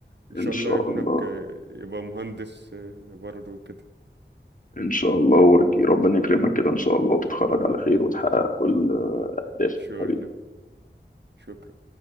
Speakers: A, on the right; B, on the left.
A: إن شاء
B: إن شاء
A: الله ابنك
B: الله
A: آه، يبقى مهندس آه، برضه كده
B: إن شاء الله وربنا يكرمك كده إن شاء الله وتتخرج على خير وتحقق كل أهدافك
A: إن شاء الله شكرا